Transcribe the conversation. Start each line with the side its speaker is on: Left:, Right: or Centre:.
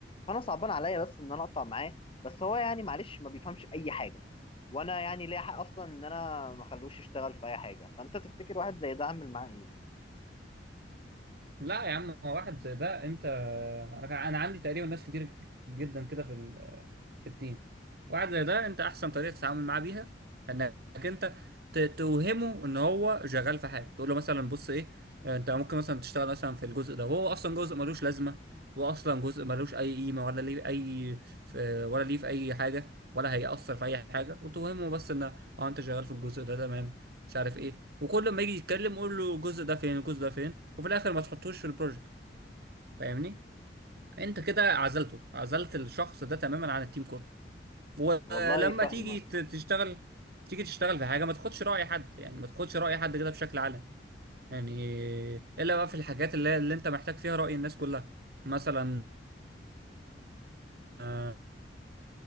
Left: فانا صعبان عليا بس ان انا اقطع معاه بس هو يعني معلش ما بيفهمش اي حاجه وانا يعني ليا حق اصلا ان انا ما اخلوش يشتغل في اي حاجه فانت تفتكر واحد زي ده اعمل معاه ايه
Right: لا يا عم هو واحد زي ده انت انا أنا عندي تقريبا ناس كتير جدا كده في ال- في التيم واحد زي ده انت احسن طريقه تتعامل معاه بيها انك انت ت- توهمه ان هو شغال في حاجه تقول له مثلا بص ايه انت ممكن مثلا تشتغل مثلا في الجزء ده وهو اصلا جزء ملوش لازمه هو اصلا جزء ملوش اي قيمه ولا ليه اي في ولا ليه في اي حاجه ولا هيأثر في اي حاجه وتوهمه بس ان اه انت شغال في الجزء ده تمام مش عارف ايه وكل ما يجي يتكلم قول له الجزء ده فين الجزء ده فين وفي الاخر ما تحطوش في البروجكت فاهمني انت كده عزلته عزلت الشخص ده تماما عن التيم كله ولما
Left: والله فاهمك
Right: تيجي ت- تشتغل تيجي تشتغل في حاجه ما تاخدش راي حد يعني ما تاخدش راي حد كده بشكل عام يعني الا بقى في الحاجات اللي, اللي انت محتاج فيها راي الناس كلها مثلا آه،